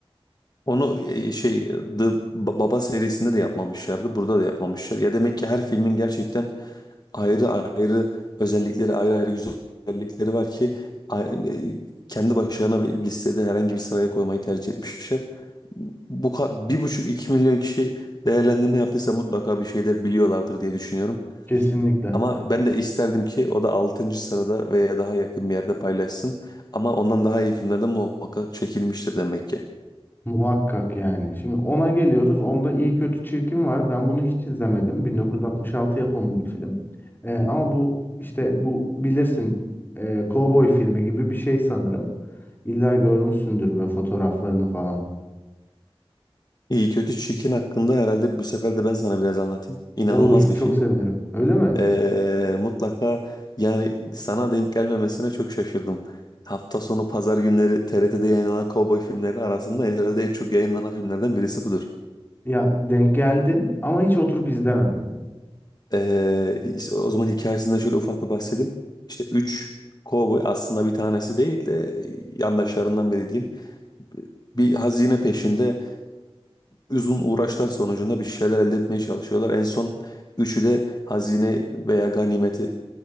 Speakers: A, on the left; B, on the left.
A: Onu e, şey e, The Baba serisinde de yapmamışlardı. Burada da yapmamışlar. Ya demek ki her filmin gerçekten ayrı ayrı özellikleri, ayrı ayrı güzellikleri var ki a- e, kendi başlarına bir listede herhangi bir sıraya koymayı tercih etmişler. Bu ka- bir buçuk iki milyon kişi değerlendirme yaptıysa mutlaka bir şeyler biliyorlardır diye düşünüyorum.
B: Kesinlikle.
A: Ama ben de isterdim ki o da altıncı sırada veya daha yakın bir yerde paylaşsın. Ama ondan daha iyi filmler de muhakkak çekilmiştir demek ki.
B: Muhakkak yani. Şimdi ona geliyoruz. Onda iyi kötü çirkin var. Ben bunu hiç izlemedim. 1966 yapımı bir film. Ee, ama bu işte bu bilirsin e, kovboy filmi gibi bir şey sanırım. İlla görmüşsündür böyle fotoğraflarını falan.
A: İyi kötü çirkin hakkında herhalde bu sefer de ben sana biraz anlatayım. İnanılmaz
B: Olur,
A: bir
B: çok
A: film.
B: sevinirim. Öyle mi?
A: Ee, mutlaka yani sana denk gelmemesine çok şaşırdım. Hafta sonu pazar günleri TRT'de yayınlanan kovboy filmleri arasında herhalde en çok yayınlanan filmlerden birisi budur.
B: Ya denk geldim ama hiç oturup izlemedim.
A: Ee, işte o zaman hikayesinden şöyle ufak bir bahsedeyim. İşte 3 kovboy aslında bir tanesi değil de yandaşlarından biri diyeyim. Bir hazine peşinde uzun uğraşlar sonucunda bir şeyler elde etmeye çalışıyorlar. En son üçü de hazine veya ganimeti